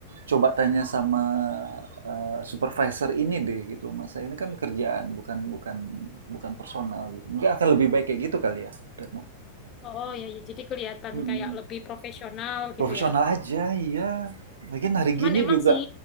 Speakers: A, on the right (about 65°); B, on the left (about 30°).
A: coba tanya sama, eee, supervisor ini deh gitu, Mas, saya ini kan kerjaan bukan bukan bukan personal gitu. Mungkin akan lebih baik kayak gitu kali ya Retno?
B: Oh ya, ya jadi kelihatan
A: Mhm,
B: kayak lebih profesional
A: profesional
B: gitu ya.
A: aja, iya. Lagian hari
B: Cuman
A: gini
B: emang
A: juga
B: sih,